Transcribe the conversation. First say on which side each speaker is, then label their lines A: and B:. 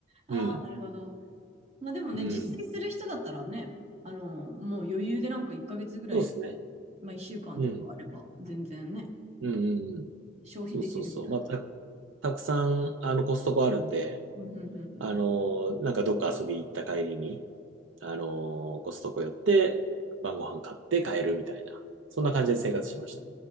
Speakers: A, on the right; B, on the right.
A: ああ、
B: うん。
A: なるほど。まあでもね、
B: うん。
A: 実践する人だったらね、あの、もう余裕でなんか1ヶ月ぐらい、
B: そうですね。
A: まあ1週間とかあれば、
B: うん。
A: 全然ね、
B: うんうんうん。
A: 消費できるぐらい。
B: そうそうそう。まあ、た、たくさん、あの、コストコあるんで、
A: うんうんうんうん
B: あの、なんかどっか遊び行った帰りに、あの、コストコ寄って晩ご飯買って帰るみたいな、そんな感じで生活してましたね。